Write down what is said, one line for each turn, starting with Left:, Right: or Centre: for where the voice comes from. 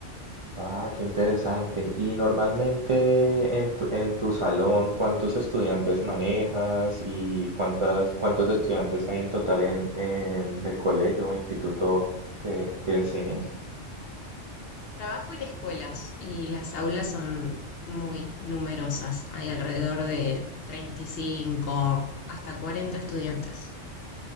Right: Ah, qué interesante. Y normalmente en tu, en tu salón, ¿cuántos estudiantes manejas y cuántas, cuántos estudiantes hay en total en, en el colegio o instituto que, que enseñas?
Left: Trabajo en escuelas y las aulas son muy numerosas, hay alrededor de 35 hasta 40 estudiantes.